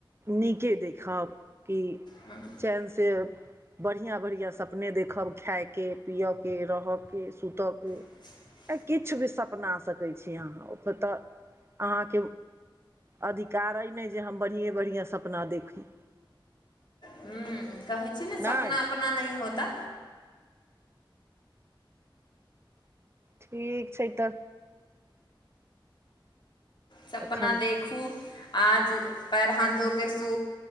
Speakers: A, on the right (about 30°); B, on the left (about 60°).
A: नीके देखब कि
B: हूँ
A: टेनसेब बढ़िआँ बढ़िआँ सपने देखब खाय के पिय के रह के सुत के
B: <unintelligible>
A: आ किछ भी सपना आ सकै छी अहाँ ओत तऽ अहाँ के अधिकार अइ ने जे हम बढ़िेयाँ बढ़ियाँ सपना देखी।
B: हू कहै छी ने सपना
A: नहि
B: उपना नहि होता
A: ठीक छै तऽ
B: सपना
A: एखन
B: देखू आज पैर हाथ धो कऽ सू